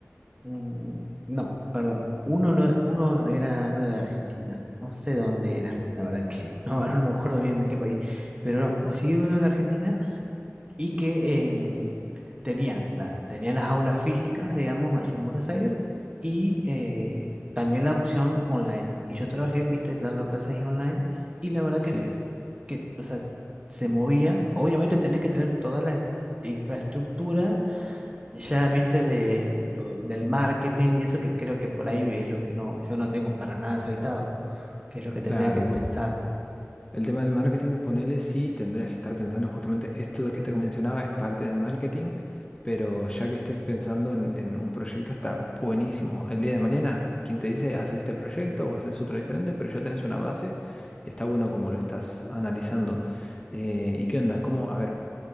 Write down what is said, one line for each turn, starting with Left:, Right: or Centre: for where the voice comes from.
Right: Mm, no, perdón. Uno, no, uno era no era de Argentina. No sé dónde era. La verdad que <laughs> no, ahora no me acuerdo bien de qué país. Pero no,
Left: Ok.
Right: sí, uno de Argentina y que em, tenía, la, tenía las aulas físicas, digamos, allá en Buenos Aires, y eh, también la opción online. Y yo trabajé, viste, dando clases y online, y la verdad que
Left: Sí,
Right: se, que, o sea, se movía. Obviamente tenés que tener toda la infraestructura, ya, viste, de, to- del marketing y eso, que creo que por ahí es lo que no, yo no tengo para nada aceitado, que es lo que tendría
Left: claro,
Right: que pensar.
Left: bueno. El tema del marketing, ponele sí, tendrías que estar pensando justamente esto de que te mencionaba es parte del marketing, pero ya que estés pensando en, en un proyecto está buenísimo. El día de mañana, quien te dice, haces este proyecto o haces otro diferente, pero ya tenés una base y está bueno como lo estás analizando. Eh, ¿y qué onda? ¿Cómo, a ver,